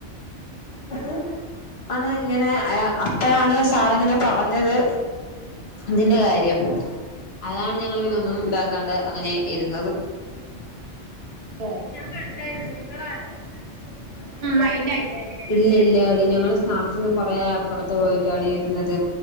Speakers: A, on the left (about 60°); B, on the right (about 60°).
A: <unintelligible> <unintelligible> ആണ് ഇങ്ങനെ അപ്പോഴാണ് സാറ് ഇങ്ങനെ പറഞ്ഞത് ഇതിന്റെ കാര്യം അതാണ് ഞങ്ങള് പിന്നെ ഒന്നും ഇതാക്കാണ്ട് അങ്ങനെ ഇരുന്നത്
B: കാര്യം
A: <unintelligible>
B: മൈൻഡ് ആക്കി
A: ഇല്ല ഇല്ലാടി ഞങ്ങള് സ്റ്റാഫ്സിൻ്റെ കൊറെ അപ്പുറത്ത് പോയ ആടി ഇരുന്നത്